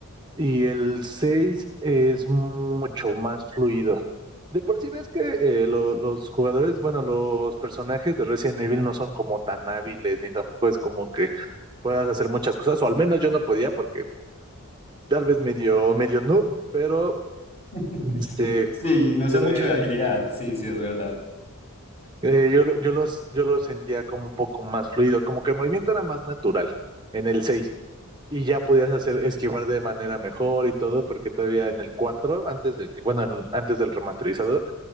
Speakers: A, on the right; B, on the left.
A: Y el 6 es mucho más fluido. De por sí ves que eh, lo- los jugadores, bueno, los personajes de Resident Evil no son como tan hábiles, ni tampoco es como que puedas hacer muchas cosas, o al menos yo no podía porque tal vez medio, medio noob, pero
B: <laughs>
A: este,
B: Sí, no
A: se-
B: son mucho de agilidad, sí, sí, es verdad.
A: eh, yo, lo- yo, los, yo lo sentía como un poco más fluido, como que el movimiento era más natural en el 6 y ya podías hacer esquivar de manera mejor y todo, porque todavía en el 4 antes de que, bueno, en- antes del remasterizador,